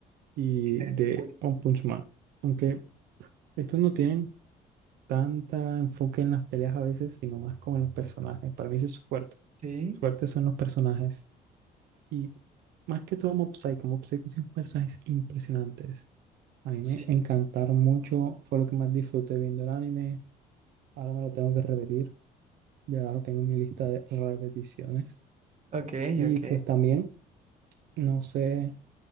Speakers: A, on the right; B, on the right.
A: y
B: Dices,
A: de
B: uy,
A: One Punch Man. Aunque estos no tienen tanta enfoque en las peleas a veces, sino más como en los personajes. Para mí ese es su fuerte.
B: sí,
A: Su fuerte son los personajes. Y más que todo Mob Psycho. Mob Psycho tiene unos personajes impresionantes. A mí
B: sí,
A: me encantaron mucho, fue lo que más disfruté viendo el anime. Ahora me lo tengo que repetir Ya abajo tengo mi lista de repeticiones.
B: ok,
A: Y
B: ok,
A: pues también, no sé,